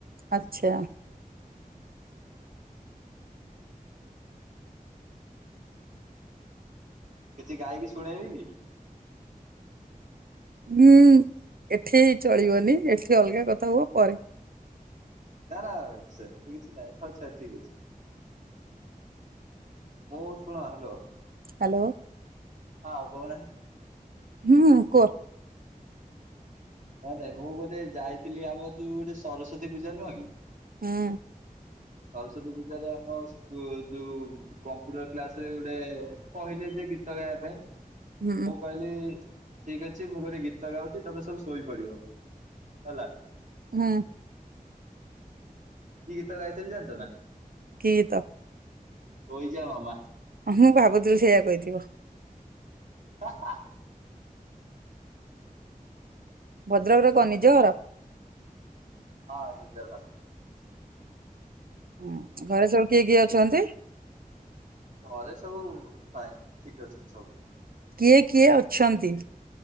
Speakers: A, on the right; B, on the right.
A: ଆଚ୍ଛା
B: କିଛି ଗାଇକି ଶୁଣେଇବି କି?
A: ହୁଁ ଏଠି ଚଳିବନି ଏଠି ଅଲଗା କଥା ହୁଅ ପରେ।
B: ନା ନା ସେମିତି କିଛି ନାଇଁ ଆଚ୍ଛା ଠିକ ଅଛି। ହୋ ଶୁଣ ହ୍ୟାଲୋ
A: ହ୍ୟାଲୋ
B: ହଁ କହୁନାହାନ୍ତି?
A: ହୁଁ କୁହ
B: ନାଇଁ ନାଇଁ ମୁଁ ଗୋଟେ ଯାଇଥିଲି ଆମ ଯୋଉ ଗୋଟେ ସରସ୍ଵତୀ ପୂଜା ନୁହଁ କି?
A: ହଁ
B: ସରସ୍ଵତୀ ପୂଜାରେ ଆମ ଯୋଉ କମ୍ପ୍ୟୁଟର କ୍ଲାସ ରେ ଗୋଟେ କହିଲେ ଯେ ଗୀ ଗୀତ ଗାଇବା ପାଇଁ
A: ହୁଁ
B: ମୁପା ଇଲି ଠିକ୍ ଅଛି ମୁଁ ଗୋଟେ ଗୀତ ଗାଉଛି ତମେ ସବୁ ଶୋଇପଡ଼ିବ ହେଲା।
A: ହୁଁ।
B: କି ଗୀତ ଗାଇଥିଲି ଜାଣିଚ ନା?
A: କି ଗୀତ?
B: ଶୋଇଯା ମାମା।
A: ହୁ ମୁଁ ଭାବୁଥିଲି ସେଇୟା କହିଥିବ।
B: ହା ହା।
A: ଭଦ୍ରକରେ କଣ ନିଜ ଘର?
B: ହଁ ନିଜ ଘର।
A: ହୁଁ ଘରେ ସବୁ କିଏ କିଏ ଅଛନ୍ତି?
B: ଘରେ ସବୁ ଫାଇନ୍ ଠିକ୍ ଅଛନ୍ତି ସବୁ।
A: କିଏ କିଏ ଅଛନ୍ତି?